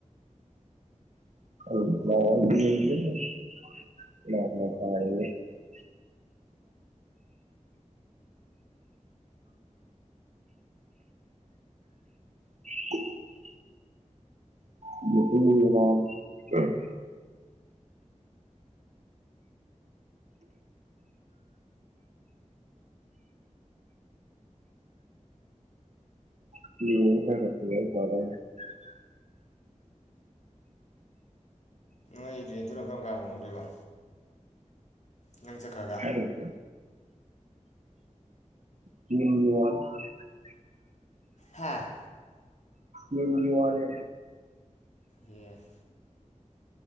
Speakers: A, on the right; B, on the left.
A: <unintelligible> <inaudible> <inaudible> <unintelligible> <unintelligible>
B: ꯑꯩ ꯔꯦꯗꯨꯅ ꯀꯔꯝ ꯀꯥꯟ ꯍꯣꯡꯗꯣꯏꯕꯥ ꯅꯪ ꯆꯠꯈ꯭ꯔꯒ
A: ꯅꯠꯇ꯭ꯔꯗꯤ <unintelligible>
B: ꯍꯥꯥ
A: ꯌꯝ ꯋꯥꯔꯦ
B: ꯌꯦ <inaudible>